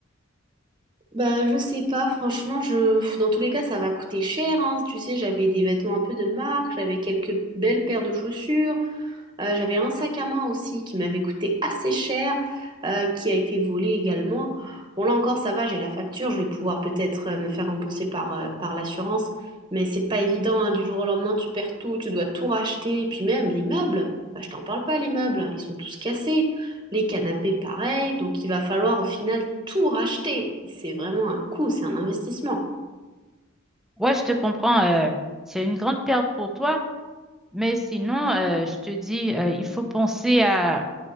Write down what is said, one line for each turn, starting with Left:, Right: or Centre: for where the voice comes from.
Right: Bah, je sais pas, franchement, je, pff, dans tous les cas, ça va coûter cher, hein. Tu sais, j'avais des vêtements un peu de marque, j'avais quelques belles paires de chaussures. Euh, j'avais un sac à main aussi qui m'avait coûté assez cher, euh, qui a été volé également. Bon, là encore, ça va, j'ai la facture, je vais pouvoir peut-être euh, me faire rembourser par, euh, par l'assurance, mais c'est pas évident, hein, du jour au lendemain, tu perds tout, tu dois tout racheter, et puis même les meubles, bah, je t'en parle pas, les meubles, ils sont tous cassés, les canapés pareil, donc il va falloir au final tout racheter. Et C'est vraiment un coût, c'est un investissement.
Centre: Ouais, je te comprends. euh, c'est une grande perte pour toi. Mais sinon, euh, je te dis, euh, il faut penser à